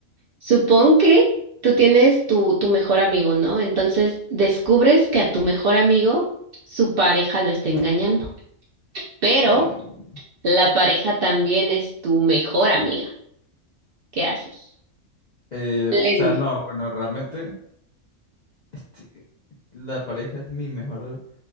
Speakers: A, on the right; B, on the left.
A: Supón que tú tienes tu, tu mejor amigo, ¿no? Entonces descubres que a tu mejor amigo su pareja lo está engañando, pero
B: Mm,
A: la pareja también es tu mejor amiga. ¿Qué haces?
B: eh,
A: Le
B: o
A: dices,
B: sea, no, bueno, realmente este, la pareja es mi mejor, o